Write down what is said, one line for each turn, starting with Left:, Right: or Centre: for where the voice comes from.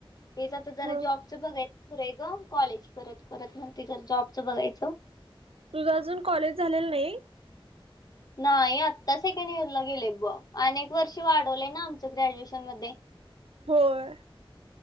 Left: तेचा तर जरा
Right: ह
Left: जॉबच बघाय पुर आहे ग कॉलेज करत करत म ति ज जॉबचं बघायचं.
Right: तुझ अजून कॉलेज झालेला नाही.
Left: नाही आत्ता सेकंड इयरला गेले बग, अनेक वर्ष वाढवले ना आमचं ग्रॅज्युएशन मध्ये. <inaudible>
Right: होय.